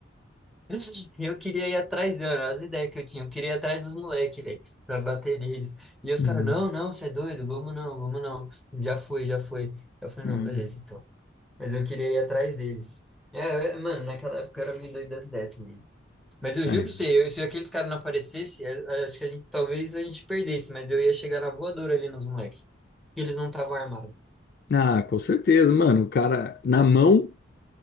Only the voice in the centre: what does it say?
<laughs> E eu queria ir atrás dele, olha a ideia que eu tinha. Eu queria ir atrás dos moleques, velho, pra bater nele. E os
caras, não, não, você é doido, vamos não, vamos não. Já foi, já foi. Eu falei,
não, beleza, então. Mas eu queria ir atrás deles. É, é, mano, naquela época eu era meio doido das ideias também. Mas eu
juro pra você, eu- se aqueles caras não aparecessem, acho que a gente, talvez a gente perdesse, mas eu ia chegar na voadora ali nos moleques. que eles não estavam armados.